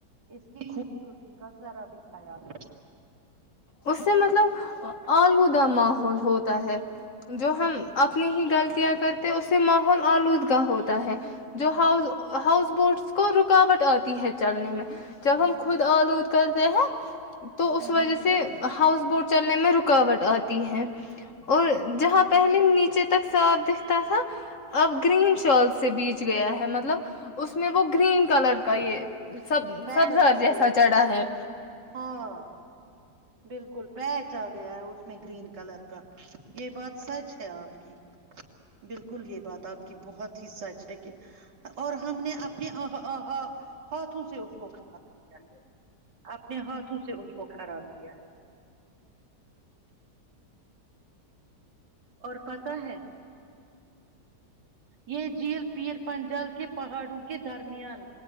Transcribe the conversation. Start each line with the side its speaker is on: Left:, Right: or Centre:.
Right: اس کی خوبصورتی کا ذرا بھی کایال
Left: اس سے آلودہ ماحول ہوتا ہے جو ہم اپنی ہی غلطیاں کرتے اس سے ماحول آلودگ ہوتا ہے جو ہاؤ ہاؤس بوٹس کو رکاوٹ آتی ہے چلنے میں جب ہم خود آلود کرتے ہیں تو اس
Right: ہوں
Left: وجہ
Right: ہوں
Left: سے ہاؤس بورٹ چلنے میں رکاوٹ آتی ہے اور جہاں پہلے نیچے ت تک ساف دکھتا تھا اب گرین شالس سے بیچ گیا ہے مطلب اس میں وہ گرین کلر کا یہ سب
Right: پیچ
Left: سب زر
Right: آ
Left: جیسا
Right: گیا
Left: چڑھا ہے
Right: ہاں بالکل پیچ آ گیا ہے اس میں گرین کلر کا یہ بات سچ ہے آپ کی بالکل یہ بات آپ کی بہت ہی سچ ہے کہ اور ہم نے اپنےا ہاتھوں سے اس کو کھایا
Left: ہ ہ <inaudible>
Right: اپنے ہاتھوں سے اس کو خراب کیا ہے اور پت ہے یہ جھیل پیر پنجال کے پہاڑوں کے کے درمیان